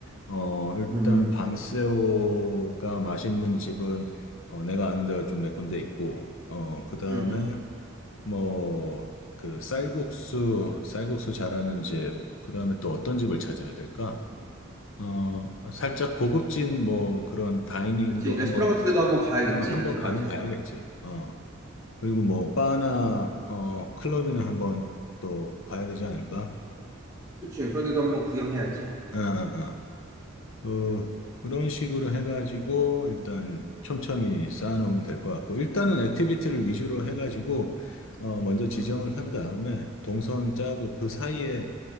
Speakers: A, on the left (about 65°); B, on the right (about 15°).
A: 어, 일단
B: 음,
A: 방새우가 맛있는 집은 어, 내가 아는 데가 좀 몇 군데 있고, 어, 그 다음에
B: 음.
A: 뭐, 그 쌀국수, 쌀국수 잘하는 집, 그 다음에 또 어떤 집을 찾아야 될까? 어, 살짝 고급진 뭐 그런 다이닝도
B: 그렇지. 레스토랑
A: 한번,
B: 같은 데도 한번 가야겠지?
A: 어, 한번
B: 맞아.
A: 가긴 가야겠지. 어. 그리고 뭐 바나, 어, 클럽이나 한번 또 가야 되지 않을까?
B: 그렇지. 그런데도 한번 구경해야지.
A: 어, 어, 어. 그, 그런 식으로 해가지고 일단 촘촘히 쌓아놓으면 될 것 같고, 일단은 액티비티를 위주로 해가지고, 어, 먼저 지정을
B: 음.
A: 한 다음에 동선 짜고 그 사이에